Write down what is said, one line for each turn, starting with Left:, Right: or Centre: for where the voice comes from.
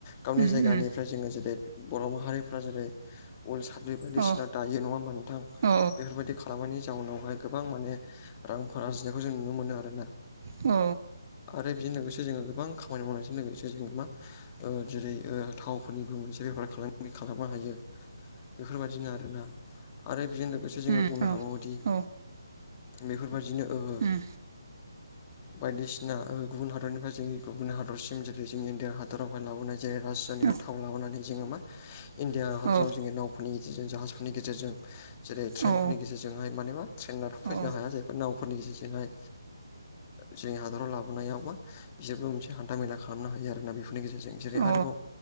Left: गावनि
Right: उम
Left: जायगानिफ्राय
Right: उम
Left: जोङो जेरै बर' माहारिफ्रा जेरै उम साद्रि बायदिसिना
Right: औ
Left: दायो नङा होमबा नोंथां
Right: औ
Left: बेफोरबादि खालामनायनि जाउनावहाय गोबां माने रांफोर आरजिनायखौ जों नुनो मोनो आरोना।
Right: औ।
Left: आरो बेजों लोगोसे जोङो गोबां खामानि मावनायजों लोगोसे जोङो मा। जेरै दिनै थावफोरनिबो मोनसे बेफार खालामनो हायो। बेफोरबादिनो आरोना आरो बेजोंनो लोगोसे जोङो
Right: उम
Left: बुंनो
Right: औ
Left: हाबावोदि
Right: औ
Left: बेफोरबादिनो ओहो
Right: उम
Left: बायदिसिना गुबुन हादरनिफ्राय जोंनि गुबुन हादरसिम जेरै जोंनि इण्डियान हादरावहाय लाबोनाय जेर राज जेनबा
Right: औ
Left: थाव लाबोनानै जोङो मा इण्डिया हादराव
Right: औ
Left: जोङो नाव फोरनि गेजेरजों जाहाजफोरनि गेजेरजों जेरै ट्रेनफोरनि
Right: औ
Left: गेजेरजोंहाय माने मा? ट्रेेनार फैनो
Right: औ
Left: हाया जाहैबाय नावफोरनि गेजेरजोंहाय जोंनि हादराव लाबोनायाव मा मा बिसोरबो मोनसे हान्था-मेला खालामनो हायो आरोना बेफोरनि गेजेरजों जेरै
Right: उम औ
Left: आरोबाव